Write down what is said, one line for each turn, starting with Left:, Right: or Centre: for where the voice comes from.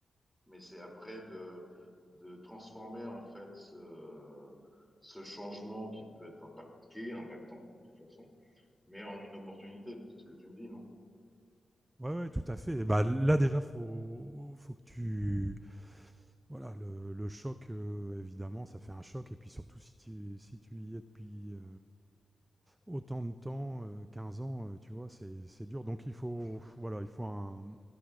Centre: mais c'est après de, de transformer en fait ce, ce changement qui peut être impacté, impactant de toute façon, mais en une opportunité. C'est ce que tu me dis, non?
Right: Ouais, ouais, tout à fait. Et bah, là, déjà, faut, faut que tu. Voilà, le, le choc, euh, évidemment, ça fait un choc. Et puis surtout, si tu, si tu y es depuis. euh, autant de temps, euh, 15 ans, euh, tu vois, c'est c'est dur. Donc il faut, voilà, il faut un,